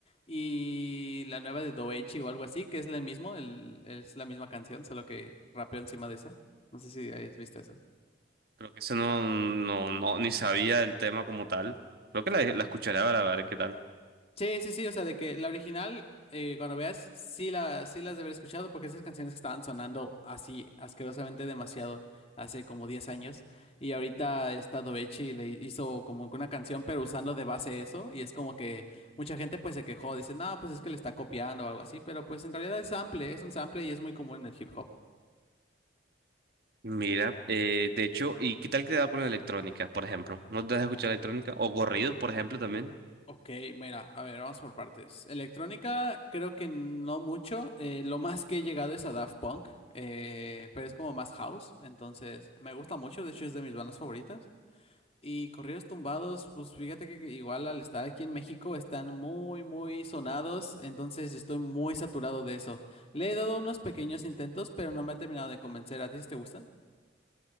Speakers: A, on the left; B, on the right.
A: y la nueva de Doechi o algo así, que es el mismo, el, es la misma canción, solo que rapeó encima de eso. No sé si has visto eso.
B: Creo que ese no, no, no, ni sabía el tema como tal. Creo que la, la escucharé para ver qué tal.
A: Sí, sí, sí, o sea, de que la original, eh, cuando veas, sí, la, sí las de haber escuchado porque esas canciones estaban sonando así asquerosamente demasiado hace como 10 años y ahorita esta Doechi le hizo como que una canción pero usando de base eso y es como que mucha gente pues se quejó, dice, no, pues es que le está copiando o algo así, pero pues en realidad es sample, es un sample y es muy común en el hip hop.
B: Mira, eh, de hecho, ¿y qué tal te da con la electrónica, por ejemplo? ¿No te das a escuchar electrónica? O corridos, por ejemplo, también.
A: Ok, mira, a ver, vamos por partes. Electrónica, creo que no mucho. eh, lo más que he llegado es a Daft Punk, eh, pero es como más house, entonces me gusta mucho, de hecho es de mis bandas favoritas. Y corridos tumbados, pues fíjate que igual al estar aquí en México están muy, muy sonados, entonces estoy muy saturado de eso. Le he dado unos pequeños intentos, pero no me ha terminado de convencer. ¿A ti sí te gustan?